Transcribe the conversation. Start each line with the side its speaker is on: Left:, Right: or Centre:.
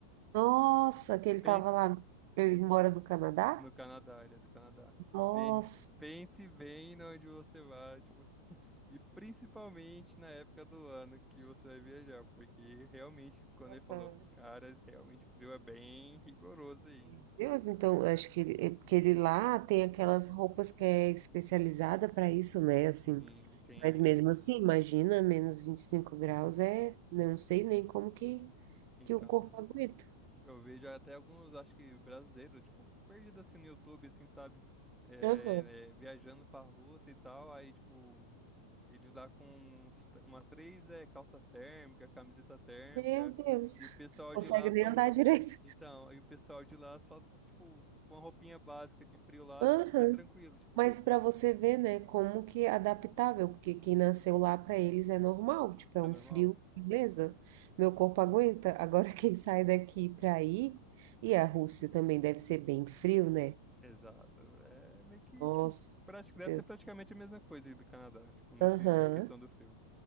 Right: Nossa, que ele estava
Centre: Pen-
Right: lá, ele mora no Canadá?
Centre: No Canadá, ele é do Canadá.
Right: Nossa.
Centre: Pen- Pense bem no onde você vai, tipo, e principalmente na época do ano que você vai viajar, porque realmente, quando
Right: Aham.
Centre: ele falou, eu falei, cara, realmente o frio é bem rigoroso aí, hein?
Right: Meu Deus, então, eu acho que ele, é porque ele lá tem aquelas roupas que é especializada para isso, né? Assim,
Centre: Sim, tem,
Right: mas
Centre: é,
Right: mesmo assim, imagina, menos 25 graus é, não sei nem como que,
Centre: então.
Right: que o corpo aguenta.
Centre: Eu vejo até alguns, acho que brasileiros, tipo, perdido assim no YouTube, assim, sabe? É,
Right: Aham.
Centre: é, viajando pra Rússia e tal, aí, tipo, eles lá com uns t- umas três é, calça térmica, camiseta térmica,
Right: Meu Deus,
Centre: e o pessoal
Right: consegue
Centre: de lá
Right: nem
Centre: só.
Right: andar direito.
Centre: Então, aí o pessoal de lá só, tipo, com a roupinha básica de frio lá,
Right: Aham.
Centre: fica tranquilo, tipo,
Right: Mas para você ver, né, como que é adaptável, porque quem nasceu lá para eles é normal, tipo,
Centre: é
Right: é um
Centre: normal?
Right: frio, beleza, meu corpo aguenta. Agora <laughs> quem sai daqui para aí, e a Rússia também deve ser bem frio, né?
Centre: Exato. É meio que,
Right: Nossa,
Centre: tipo, prati- deve
Right: meu
Centre: ser
Right: Deus.
Centre: praticamente a mesma coisa aí do Canadá, tipo, nesse,
Right: Aham.
Centre: na questão do frio.